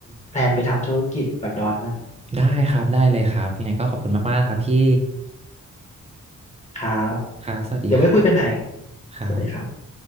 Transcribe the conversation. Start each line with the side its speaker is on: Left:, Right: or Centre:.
Left: แพลนไปทำธุรกิจแบบดอนบ้าง
Right: ได้ครับได้เลยครับยังไงก็ขอบคุณมากๆนะครับพี่
Left: ครับ
Right: ครับสวัสดีครับ
Left: เดี๋ยวไว้คุยกันใหม่
Right: ครับ
Left: สวัสดีครับ